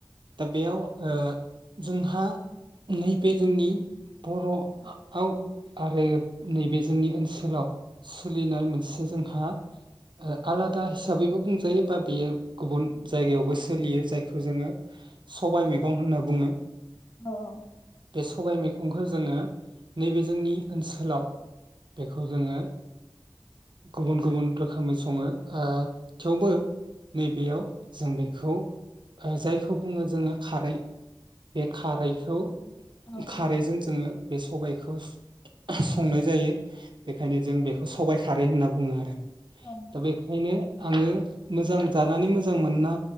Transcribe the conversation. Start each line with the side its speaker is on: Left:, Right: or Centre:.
Right: दा बेयाव ओ जोंहा <unintelligible> बे जोंनि बर'आव
Left: औ
Right: आरो नैबे जोंनि ओनसोलाव सोलिनाय मोनसे जोंहा ओ आलादा हिसाबैबो बुंजायो बा बेयो गुबुन जायगायावबो सोलियो जायखौ जोङो सबाय मैगं होनना बुङो।
Left: औ
Right: बे सबाय मैगंखौ जोङो नैबे जोंनि ओनसोलाव बेखौ जोङो गुबुन गुबुन रोखोमै सङो ओ थेवबो नैबेयाव जों बेखौ ओ जायखौ बुङो जोङो खारै बे खारैखौ
Left: औ
Right: खारैजों जोङो बे सबायखौ संनाय जायो बेखायनो जों बेखौ सबाय खारै होनना बुङो आरो।
Left: औ
Right: दा बेखायनो आङो मोजां जानानै मोजां मोनना